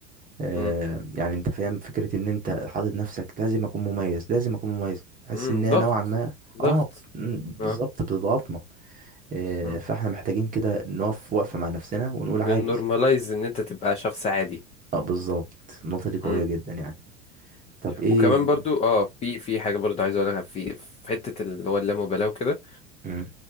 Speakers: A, on the right; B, on the left.
A: آه
B: امم
A: يعني انت فاهم فكره ان انت حاطط نفسك لازم اكون مميز لازم اكون مميز تحس
B: امم
A: ان هي
B: ضغط
A: نوعا ما اه
B: ضغط
A: مم، بالظبط
B: اه
A: بتضغطنا آه
B: امم
A: فاحنا محتاجين كده نقف وقفه مع نفسنا ونقول
B: نورماليز
A: عادي
B: ان انت تبقى شخص عادي
A: اه بالظبط النقطه دي قويه
B: إمم.
A: جدا يعني طب ايه
B: وكمان برضو اه في في حاجه برضو عايز اقولها في في حته اللي هو اللامبالاه وكده
A: مم،